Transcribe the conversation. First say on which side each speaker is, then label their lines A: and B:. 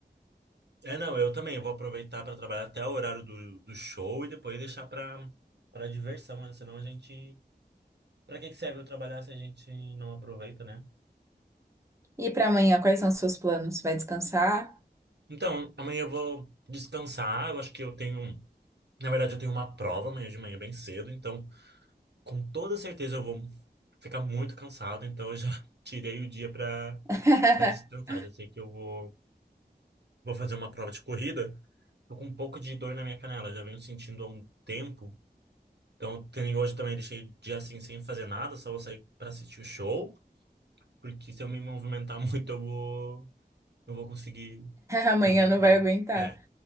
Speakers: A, on the right (about 80°); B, on the right (about 15°).
A: É, não, eu também. Eu vou aproveitar para trabalhar até o horário do, do show e depois deixar para para diversão, né? Senão a gente. Para que que serve eu trabalhar se a gente não aproveita, né?
B: E pra amanhã, quais são os seus planos? Vai descansar?
A: Então, amanhã eu vou descansar. Eu acho que eu tenho. Na verdade, eu tenho uma prova amanhã de manhã bem cedo. Então, com toda certeza, eu vou ficar muito cansado. Então, eu já <laughs> tirei o dia para
B: <laughs>
A: descansar. Já sei que eu vou, vou fazer uma prova de corrida. Tô com um pouco de dor na minha canela. Já venho sentindo há um tempo. Então, que nem hoje também eu deixei dia assim sem fazer nada, só vou sair pra assistir o show, porque se eu me movimentar <laughs> muito eu vou não vou conseguir
B: Amanhã
A: fazer
B: não
A: a prova.
B: vai aguentar.
A: É,